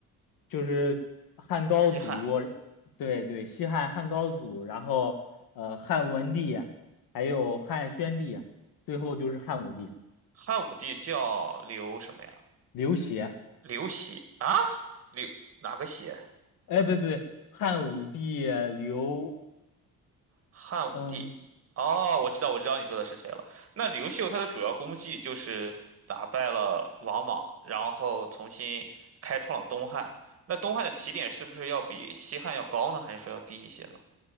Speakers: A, on the left (about 75°); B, on the right (about 45°).
A: 就是汉高祖，
B: 西汉
A: 对对，西汉汉高祖，然后呃汉文帝，还有汉宣帝，最后就是汉武帝
B: 汉武帝叫刘什么呀？
A: 刘协，
B: 刘喜啊？刘哪个喜？
A: 哎，不对不对，汉武帝刘，
B: 汉武帝，
A: 嗯。
B: 哦，我知道，我知道你说的是谁了。那刘秀他的主要功绩就是打败了王莽，然后重新开创了东汉。那东汉的起点是不是要比西汉要高呢？还是说要低一些呢？